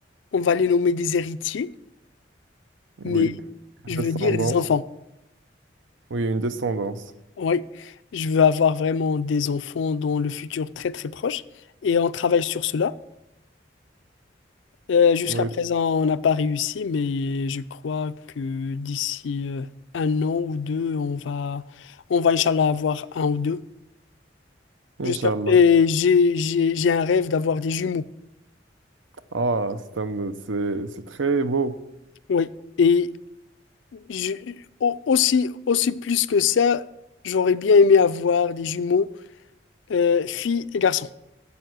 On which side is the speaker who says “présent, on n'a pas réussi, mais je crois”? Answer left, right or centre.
Left